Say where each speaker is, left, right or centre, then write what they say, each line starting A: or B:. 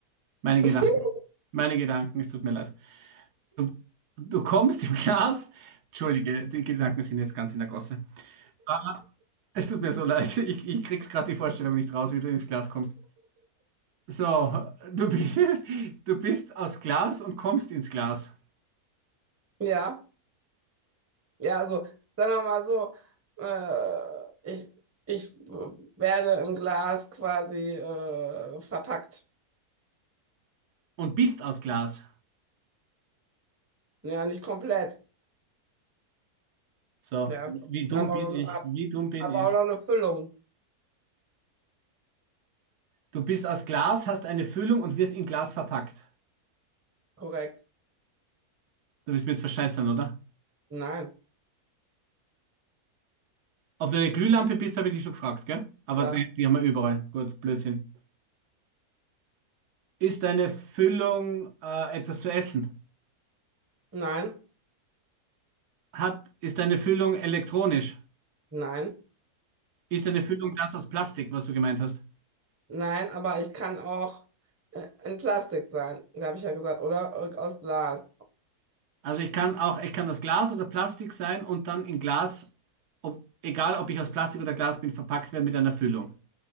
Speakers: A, on the right; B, on the right.
A: Meine
B: <laughs>
A: Gedanken, meine Gedanken, es tut mir leid. Du, du kommst im Glas. Entschuldige, die Gedanken sind jetzt ganz in der Gosse. Ah, Es tut mir so leid, ich, ich krieg's gerade die Vorstellung nicht raus, wie du ins Glas kommst. So, du bist, du bist aus Glas und kommst ins Glas.
B: Ja, ja, also sagen wir mal so, äh, ich, ich werde im Glas quasi äh, verpackt.
A: Und bist aus Glas.
B: Ja, nicht komplett.
A: So,
B: Ja,
A: wie dumm
B: habe
A: bin
B: auch noch,
A: ich,
B: hab,
A: wie dumm bin
B: hab
A: ich.
B: auch noch eine Füllung.
A: Du bist aus Glas, hast eine Füllung und wirst in Glas verpackt.
B: Korrekt.
A: Du willst mir jetzt verscheißern, oder?
B: Nein,
A: Ob du eine Glühlampe bist, habe ich dich schon gefragt, gell? Aber
B: ja,
A: die, die haben wir überall. Gut, Blödsinn. Ist deine Füllung äh, etwas zu essen?
B: nein,
A: Hat, ist deine Füllung elektronisch?
B: nein,
A: Ist deine Füllung das aus Plastik, was du gemeint hast?
B: nein, aber ich kann auch äh, in Plastik sein. Da habe ich ja gesagt, oder? Aus Glas.
A: Also ich kann auch, ich kann aus Glas oder Plastik sein und dann in Glas, ob, egal ob ich aus Plastik oder Glas bin, verpackt werden mit einer Füllung.